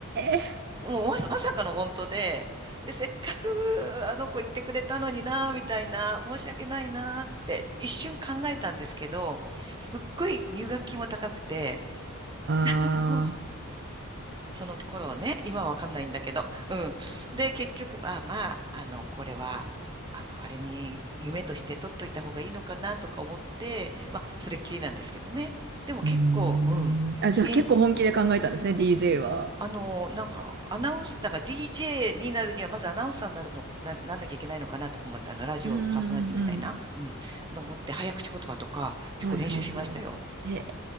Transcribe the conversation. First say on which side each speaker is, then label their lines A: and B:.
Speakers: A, on the right; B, on the right.
A: え、
B: もうまさ、<laughs> まさかの本当で、で、せっかくあの子言ってくれたのにな、みたいな、申し訳ないなって一瞬考えたんですけど、すっごい入学金も高くて、
A: ああ
B: <laughs> そうそのところをね、今はわかんないんだけど、うん。で、結局、あ、まあ、あの、これは、あの、あれに夢として取っといた方がいいのかなとか思って、まあ、それっきりなんですけどね。でも結構、
A: ー、うーん。
B: うん。
A: あ、じゃあ結構本気で考えたんですね、
B: り
A: DJ は。
B: あの、なんか、アナウンス、だから DJ になるには、まずアナウンサーになるの、な、なんなきゃいけないのかなとか思って、あの、ラジオパーソナリティみたいな、
A: うんうんうん。
B: うん、の持って、早口言葉とか、結構練習しましたよ。
A: はいはいはい。へ